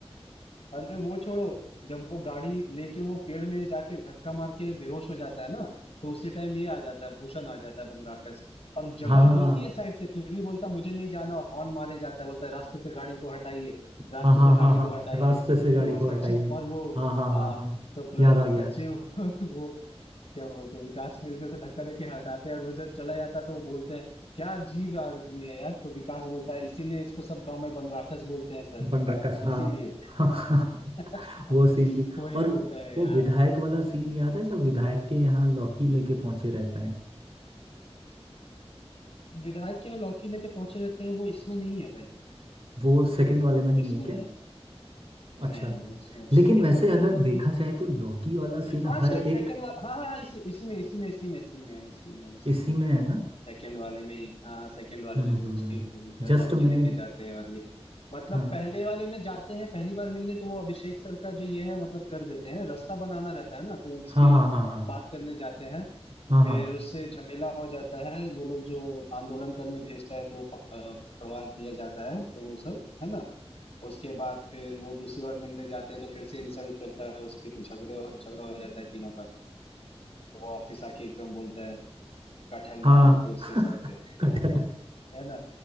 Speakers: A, on the left (about 65°); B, on the right (about 60°).
A: अरे वो छोड़ो जब वो गाड़ी लेके वो पेड़ में जाके धक्का मार के बेहोश हो जाता है ना तो उसी टाइम ये आ जाता है भूषण आ जाता है बनराकस और जगह
B: हाँ हाँ
A: होती है साइड से फिर भी बोलता है, मुझे नहीं जाना और हॉर्न मारे जाता है बोलता है रास्ते से गाड़ी को हटाइए रास्ते
B: हाँ हाँ
A: से गाड़ी
B: हाँ हाँ
A: को हटाइए
B: रास्ते से गाड़ी
A: तो वो
B: को
A: सचिव
B: हटाइए
A: और वो
B: हाँ हाँ
A: हाँ
B: हाँ हाँ
A: तो प्र,
B: याद आ गया
A: सचिव <laughs> और वो क्या बोलते हैं विकास मिलकर उसे धक्का देके हटाते हैं और वो जब चला जाता है तो वो बोलते हैं क्या अजीब आदमी है यार तो विकास बोलता है इसीलिए इसको सब गांव में बनराकस बोलते हैं सर
B: बनराकस हाँ
A: इसीलिए
B: हाँ
A: <laughs>
B: <laughs> वो सीन भी
A: वही
B: और
A: होता है
B: वो
A: यार
B: विधायक वाला सीन याद है जब विधायक के यहाँ लौकी लेके पहुंचे रहते हैं
A: विधायक के यहाँ लौकी लेके पहुंचे रहते हैं वो इसमें नहीं है भाई
B: वो सेकंड वाले में
A: वो
B: नहीं
A: इसमें
B: है क्या
A: नहीं
B: अच्छा
A: नहीं नहीं वो इसमें
B: लेकिन
A: सेकंड
B: वैसे
A: वाले
B: अगर
A: में नहीं
B: देखा
A: है
B: जाए तो लौकी वाला सीन
A: हाँ
B: हर
A: शायद सेकंड
B: एक
A: वाला हाँ हाँ हाँ, इसी इसी में इसी में इसी में इसी में इसी में इसी
B: इसी
A: में
B: में है ना
A: सेकंड वाले में ही हाँ सेकंड वाले
B: हम्म
A: में जो
B: हम्म,
A: उसके
B: हम्म।
A: घर
B: जस्ट
A: लौकी
B: मैंने
A: लेके जाते हैं और ये मतलब
B: हाँ
A: पहले वाले में जाते हैं पहली बार मिलने तो वो अभिषेक सर का जो ये है मतलब कर देते हैं रास्ता बनाना रहता है ना तो उसकी
B: हाँ हाँ हाँ
A: बात करने जाते हैं
B: हाँ
A: फिर
B: हाँ
A: उससे झमेला हो जाता है वो लोग जो आंदोलन करने भेजता है तो वो पक, अ, पकड़वा दिया जाता है तो वो सब है ना उसके बाद फिर वो दूसरी बार मिलने जाते हैं तो फिर से इंसल्ट करता है उसकी तो झगड़े झगड़ा हो जाता है तीनों का तो वो ऑफिस आके एकदम बोलता है कटहल
B: हाँ
A: मार देते उसके
B: हाँ
A: सर पे
B: <laughs> कटहल
A: <laughs> है ना